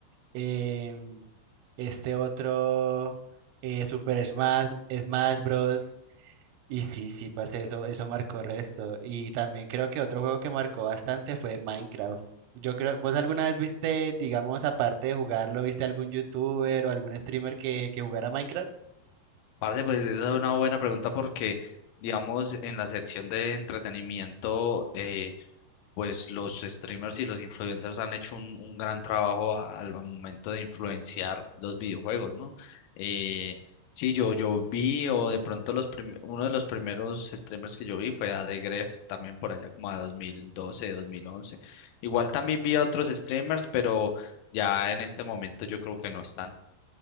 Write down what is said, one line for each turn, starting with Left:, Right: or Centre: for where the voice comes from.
Right: em, este otro eh, Super Smash, Smash Bros. Y sí, sí, parce, eso, eso marcó resto. Y también creo que otro juego que marcó bastante fue Minecraft. Yo creo, ¿vos alguna vez viste, digamos, aparte de jugarlo, viste algún youtuber o algún streamer que, que jugara Minecraft?
Left: Parce, pues esa es una buena pregunta porque, digamos, en la sección de entretenimiento, eh, pues los streamers y los influencers han hecho un, un gran trabajo a- al momento de influenciar los videojuegos, ¿no? Eh, sí, yo, yo vi, o de pronto los prim- uno de los primeros streamers que yo vi fue a The Gref, también por allá como a 2012, 2011. Igual también vi a otros streamers, pero ya en este momento yo creo que no están.